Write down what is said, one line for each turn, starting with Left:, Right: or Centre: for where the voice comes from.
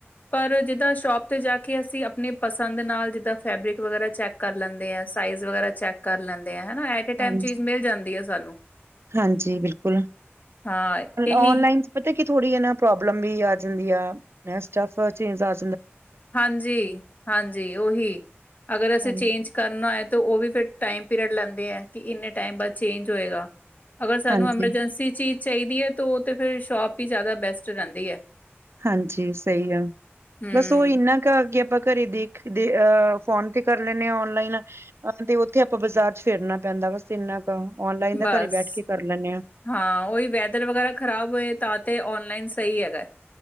Left: ਪਰ ਜਿੱਦਾਂ ਸ਼ੋਪ ਤੇ ਜਾ ਕੇ ਅਸੀਂ ਆਪਣੇ ਪਸੰਦ ਨਾਲ ਜਿੱਦਾਂ ਫੈਬਰਿਕ ਵਗੈਰਾ ਚੈੱਕ ਕਰ ਲੈਂਦੇ ਆ। ਸਾਈਜ਼ ਵਗੈਰਾ ਚੈੱਕ ਕਰ ਲੈਂਦੇ ਐਟ ਟਾਈਮ
Right: ਹਾਂਜੀ
Left: ਚੀਜ਼ ਮਿਲ ਜਾਂਦੀ ਹੈ ਸਾਨੂੰ।
Right: ਹਾਂਜੀ ਬਿਲਕੁਲ
Left: ਹਾਂ ਇਹੀ
Right: ਔਨਲਾਈਨ। ਪਤਾ ਕੀ ਥੋੜੀ ਪ੍ਰੋਬਲਮ ਵੀ ਆ ਜਾਂਦੀ ਆ। ਸਟਫ ਚੇ ਜਾਂ
Left: ਹਾਂਜੀ- ਹਾਂਜੀ ਉਹੀ ਅਗਰ ਅਸੀਂ
Right: ਹਾਂਜੀ
Left: ਚੇਂਜ ਕਰਨਾ ਏ ਤੇ ਉਹ ਵੀ ਫਿਰ ਟਾਈਮ ਪੀਰੀਅਡ ਲੈਂਦੇ ਆ ਕਿ ਇੰਨੇ ਟਾਈਮ ਬਾਅਦ ਚੇਂਜ ਹੋਏਗਾ। ਅਗਰ ਸਾਨੂੰ
Right: ਹਾਂਜੀ
Left: ਐਮਰਜੈਂਸੀ ਚੀਜ਼ ਚਾਹੀਦੀ ਹੈ ਤਾਂ ਉਹ ਤਾਂ ਫਿਰ ਸ਼ੋਪ ਹੀ ਜ਼ਿਆਦਾ ਬੈਸਟ ਰਹਿੰਦੀ ਹੈ।
Right: ਹਾਂਜੀ ਸਹੀ ਗੱਲ
Left: ਹਮ
Right: ਬਸ ਉਹ ਇੰਨਾ ਕੇ ਆਪਾਂ ਘਰੇ ਦੇਖ ਦੇ ਅਹ ਫੋਨ ਤੇ ਕਰ ਲੈਂਦੇ ਹਾਂ ਔਨਲਾਈਨ। ਹਾਂ ਤੇ ਉੱਥੇ ਆਪਾਂ ਬਾਜ਼ਾਰ ਚ ਫੇਰਨਾ ਪੈਂਦਾ ਬਸ ਇੰਨਾ ਕੁ, ਔਨਲਾਈਨ ਦਾ
Left: ਬਸ
Right: ਘਰੇ ਬੈਠ ਕੇ ਕਰ ਲੈਂਦੇ ਹਾਂ।
Left: ਹਾਂ ਉਹੀ ਵੈਦਰ ਵਗੈਰਾ ਖ਼ਰਾਬ ਹੋਏ ਤਾਂ ਤੇ ਔਨਲਾਈਨ ਸਹੀ ਹੈਗਾ।